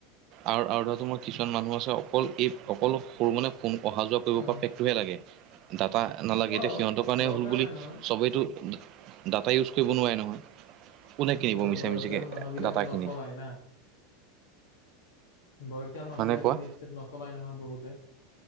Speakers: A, on the right; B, on the left.
A: আৰু, আৰু <unintelligible> মোৰ কিছুমান মানুহ আছে অকল, এই অকল সৰু মানে ফোনে অহা-যোৱা কৰিব
B: উম
A: পৰা পেকটোহে লাগে। ডাটা নালাগে,
B: অ
A: এতিয়া সিহঁতৰ কাৰণে
B: দৰকাৰ
A: হ'ল বুলি
B: নাই নহয়
A: চবেইতো দাতা ইউজ কৰিব নোৱাৰে নহয়। কোনে কিনিব
B: এতিয়া,
A: মিছা
B: বয়সীয়াল
A: মিছিকে
B: মানুহ বিলাকে
A: ডাটাখিনি
B: নচলায় না। বয়সীয়াল মানুহ
A: হয়নে
B: বিলাকে
A: কোৱা
B: নেত-সেত নচলাই নহয় বহুতে।